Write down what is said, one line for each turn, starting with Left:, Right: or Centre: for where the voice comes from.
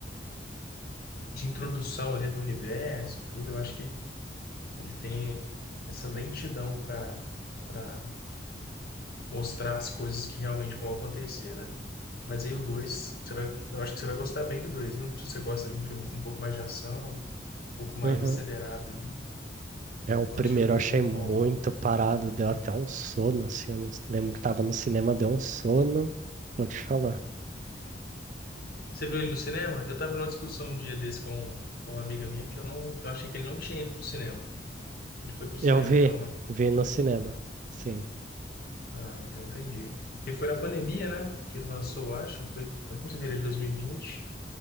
Left: de introdução ali do universo, tudo, eu acho que eles têm essa lentidão para para mostrar as coisas que realmente vão acontecer, né? Mas aí o 2 você vai, eu acho que você vai gostar bem do dois viu? Se você gosta de um filme com um pouco mais de ação, um pouco mais
Right: Uhum.
Left: acelerado ali,
Right: É, o
Left: eu
Right: primeiro
Left: achei o 2
Right: eu achei
Left: muito
Right: muito
Left: bom.
Right: parado, deu até um sono, assim, eu não s- lembro que tava no cinema, deu um sono, vou te falar.
Left: Você viu ele do cinema? Eu tava numa discussão um dia desse com, com uma amiga minha, porque eu não, eu achei que ele não tinha ido pro cinema. Ele foi pro cinema,
Right: Eu vi,
Left: então, né?
Right: vi no cinema, sim.
Left: Ah, então entendi. Porque foi na pandemia, né? Que ele lançou, eu acho. Foi, eu não sei se ele é de 2020